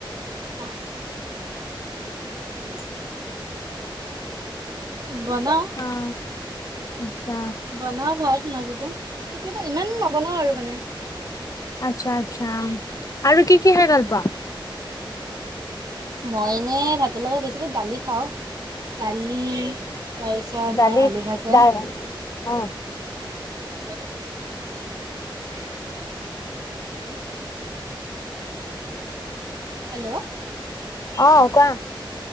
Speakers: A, on the right; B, on the left.
A: আহ উম বনা
B: অ', আচ্ছা।
A: বনাও ভাত মাজতে কেতিয়াবা ইমান নবনাও আৰু মানে?
B: আচ্ছা আচ্ছা আৰু কি কি খাই ভাল পোৱা।
A: মই এনে ভাতৰ লগত বেছিকৈ দালি খাওঁ। দালি তাৰপিছত
B: দালি
A: মায়ে আলু ভাজা।
B: দাল অ
A: <unintelligible> <unintelligible> হেল্ল'।
B: অহঁ কোৱা।